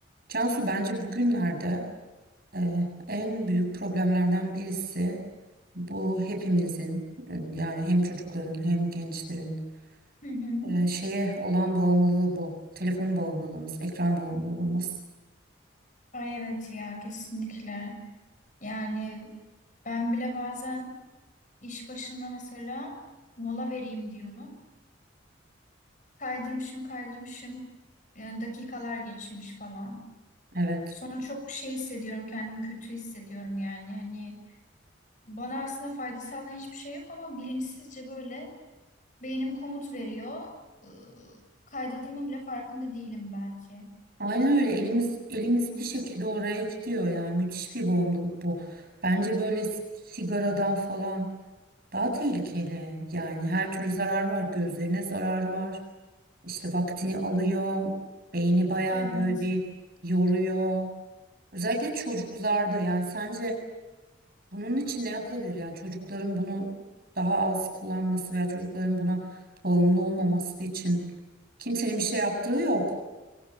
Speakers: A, on the right; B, on the left.
A: Cansu bence bugünlerde e, en büyük problemlerden birisi bu hepimizin e, yani hem çocukların hem gençlerin
B: Hı hı.
A: e, şeye olan bağımlılığı bu. Telefon bağımlılığımız, ekran bağımlılığımız.
B: Ay evet ya kesinlikle. Yani ben bile bazen iş başında mesela mola vereyim diyorum. Kaydırmışım kaydırmışım. Yani dakikalar geçmiş falan.
A: Evet.
B: Sonra çok şey hissediyorum kendimi kötü hissediyorum yani. Hani bana aslında fayda sağlayan hiçbir şey yok ama bilinçsizce böyle beynim komut veriyor. Iı, Kaydırdığımın bile farkında değilim belki.
A: Aynen öyle elimiz
B: Çok
A: elimiz
B: sıkıntı.
A: bir şekilde oraya gidiyor yani müthiş bir bağımlılık bu. Bence böyle s- sigaradan falan daha tehlikeli yani her türlü zarar var gözlerine zararı var. İşte vaktini alıyor. Beyni bayağı
B: Evet.
A: böyle bir yoruyor. Özellikle çocuklarda yani sence bunun için ne yapılabilir? Yani çocukların bunu daha az kullanması veya çocukların buna bağımlı olmaması için kimsenin bir şey yaptığı yok.